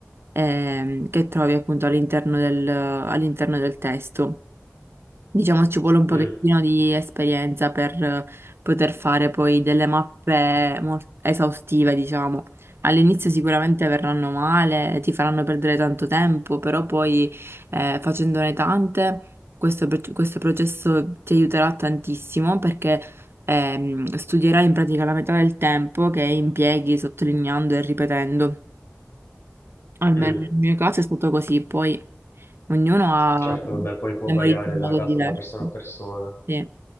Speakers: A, on the right (about 55°); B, on the left (about 60°).
A: ehm, che trovi appunto all'interno del, all'interno del testo. Diciamo ci vuole un pochettino
B: Mm.
A: di esperienza per eh, poter fare poi delle mappe mol- esaustive, diciamo. All'inizio sicuramente verranno male, ti faranno perdere tanto tempo, però poi eh, facendone tante, questo, pro- questo processo ti aiuterà tantissimo perché ehm, studierai in pratica la metà del tempo che impieghi sottolineando e ripetendo. Almeno
B: Mm.
A: nel mio caso è stato così, poi ognuno ha
B: Certo, vabbè, poi può
A: memorizzato
B: variare
A: in
B: da
A: modo
B: caso,
A: diverso.
B: da persona a persona.
A: Sì.